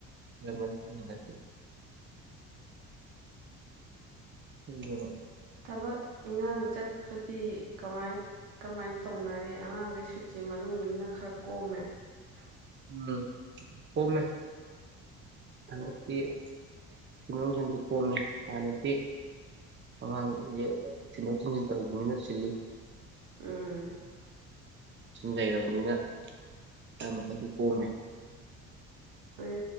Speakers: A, on the right (about 30°); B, on the right (about 80°).
A: ꯅꯦ ꯎꯝ
B: ꯊꯕꯛ ꯏꯟꯉꯥꯡ ꯆꯠꯄꯗꯤ ꯀꯃꯥꯏ ꯀꯃꯥꯏꯅ ꯇꯧꯅꯔꯤ ꯑꯉꯥꯡꯈꯩ ꯁꯨꯇꯤ ꯃꯅꯨꯡꯅ ꯈꯔ ꯀꯣꯝꯃꯦ
A: ꯎꯝ ꯑꯣ ꯃ ꯍꯟꯗꯛꯇꯤ ꯁꯤꯤꯟꯡꯂꯣꯡꯁꯤꯡꯗꯤ ꯀꯣꯝꯃꯦ ꯍꯥꯟꯅꯗꯤ ꯑꯉꯥꯡꯁꯦ ꯊꯤꯟꯗꯣꯛ ꯊꯤꯟꯖꯤꯟ ꯇꯧꯕꯅꯤꯅ ꯁꯤꯤꯜꯂꯤ
B: ꯎꯝ
A: ꯂꯩꯔꯕꯅꯤꯅ ꯈꯔ ꯃꯈꯊꯛꯗꯤ ꯀꯣꯝꯃꯦ
B: ꯍꯣꯏ